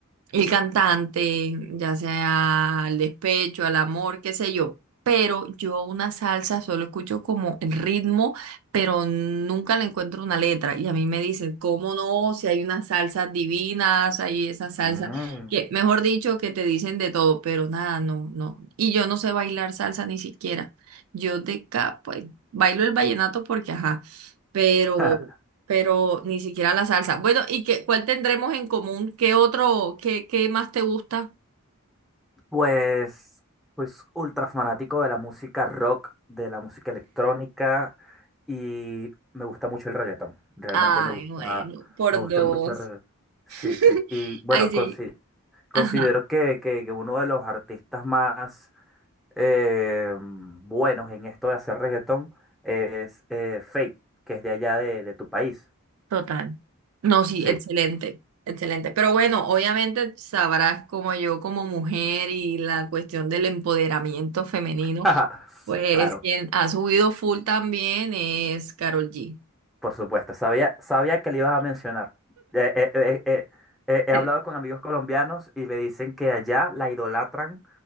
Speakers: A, on the right; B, in the centre.
A: el cantante, ya sea al despecho, al amor, qué sé yo. Pero yo una salsa solo escucho como el ritmo, pero nunca le encuentro una letra. Y a mí me dicen, ¿cómo no? Si hay unas salsas divinas, hay esas salsas
B: Mm.
A: que- mejor dicho, que te dicen de todo, pero nada, no, no. Y yo no sé bailar salsa ni siquiera. Yo de acá, pues, bailo el vallenato porque, ajá, pero,
B: <laughs>
A: pero ni siquiera la salsa. Bueno, ¿y qué, cuál tendremos en común? ¿Qué otro, qué, qué más te gusta?
B: Pues, pues ultra fanático de la música rock, de la música electrónica y me gusta mucho el reggaetón. Realmente
A: Ay,
B: me gusta,
A: bueno, por
B: me gusta
A: dos.
B: mucho el reggaetón. Sí,
A: <laughs>
B: sí. Y bueno,
A: Ay, sí,
B: consi- considero
A: ajá,
B: que, que- que uno de los artistas más eh, buenos en esto de hacer reggaetón es eh, Feid, que es de allá de, de tu país.
A: total. No, sí,
B: Sí.
A: excelente, excelente. Pero bueno, obviamente sabrás como yo, como mujer y la cuestión del empoderamiento femenino
B: <laughs>
A: Pues
B: Claro.
A: quien ha subido full también es Carol G.
B: Por supuesto, sabía, sabía que le ibas a mencionar. Eh, eh, eh, eh, eh, he
A: Sí.
B: hablado con amigos colombianos y me dicen que allá la idolatran,